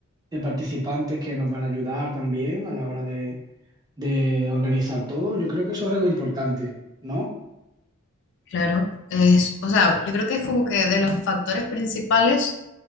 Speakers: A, on the right; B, on the left.
A: de participantes que nos van a ayudar también a la hora de, de organizar todo. Yo creo que eso es algo importante, ¿no?
B: Claro, es, o sea, yo creo que es como que de los factores principales,